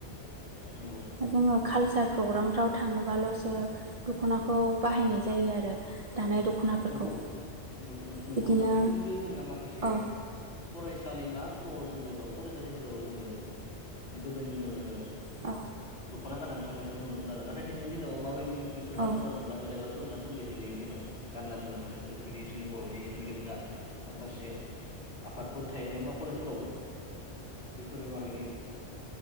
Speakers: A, on the left; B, on the right.
A: नंगौ
B: जोङो। कालसार प्रग्राम फ्राव थाङोबाल'सो दखनाखौ बाहायनाय जायो आरो दानाय। दख'नाफोरखौ
A: नंगौ-नं-नंगौ
B: बिदिनो
A: नोंथां जिथुनाखि जोंना माखासे।
B: औ
A: फरायसालिमाफोराव जोङो बा फरायसालिफोराव जोङो गोदोनि दिनाव जोङो।
B: औ।
A: दख'ना गाननानै थांनायखौ नुनो मोनोमोन आरो नाथाय दिनैनि दिनाव माबायदि बेफोर
B: औ
A: हाल-साला दंना गैलाबा सलियोना सलिया। सलिया दिनैनि दिनाव गानना-जोमना थांनाय बेबायदि जोंनि बर'नि जिथुनाखि जोंहा माखासे। आफादफोर थायो नङा होमबा कलेजफोरावबो बेफोरो माबायदि?